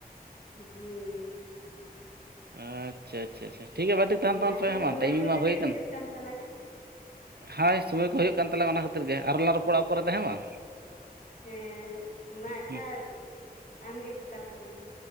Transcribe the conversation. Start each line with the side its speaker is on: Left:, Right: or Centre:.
Left: ᱦᱩᱸ
Right: ᱟᱪᱪᱷᱟ ᱟᱪᱪᱷᱟ ᱴᱷᱤᱠ ᱜᱮᱭᱟ ᱵᱷᱟᱜᱮ ᱴᱷᱤᱠ ᱛᱟᱦᱮᱸᱱ
Left: ᱢᱟ
Right: ᱛᱟᱵᱚᱱ
Left: ᱟᱪᱪᱷᱟ
Right: ᱯᱮ ᱦᱮᱸ
Left: ᱥᱚᱢᱚᱭ
Right: ᱵᱟᱝ ᱴᱟᱭᱤᱢᱤ
Left: ᱠᱚ
Right: ᱢᱟ
Left: ᱡᱟᱹᱱᱤᱡ
Right: ᱦᱩᱭ ᱠᱟᱱᱟ,
Left: ᱦᱩᱭᱩᱜ ᱠᱟᱱ ᱛᱟᱞᱟᱝᱟ
Right: ᱦᱚᱭ ᱥᱚᱢᱚᱭ ᱠᱚ ᱦᱩᱭᱩᱜ ᱠᱟᱱ ᱛᱟᱞᱟᱝ-ᱟ ᱚᱱᱟ ᱠᱷᱟᱹᱛᱤᱨ ᱜᱮ ᱟᱨᱚᱞᱟᱝ ᱨᱚᱯᱚᱲᱟ ᱯᱚᱨᱮ ᱛᱮ ᱦᱮᱸ ᱵᱟᱝ,
Left: ᱦᱮᱸ ᱢᱟ ᱟᱪᱪᱷᱟ,
Right: ᱦᱩᱸ
Left: ᱟᱢᱜᱮ ᱠᱟᱴᱟᱣ ᱛᱟᱞᱟᱝ ᱢᱮ,